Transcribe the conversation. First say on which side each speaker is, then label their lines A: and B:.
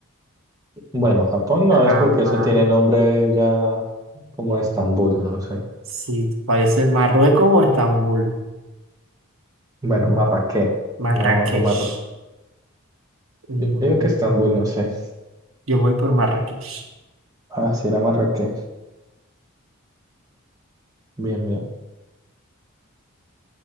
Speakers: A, on the right (about 15°); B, on the right (about 70°).
A: Bueno, Japón no
B: Jamás.
A: es porque eso tiene nombre ya como Estambul, no sé.
B: Sí, parece Marruecos o Estambul.
A: Bueno,
B: Mm,
A: Marrakech,
B: Marrakech.
A: no, no Marro.
B: Mm,
A: Yo digo
B: mm,
A: que
B: mm,
A: Estambul,
B: mm.
A: no sé.
B: Yo me voy por Marrakech.
A: Ah, sí era Marrakech. Bien, bien.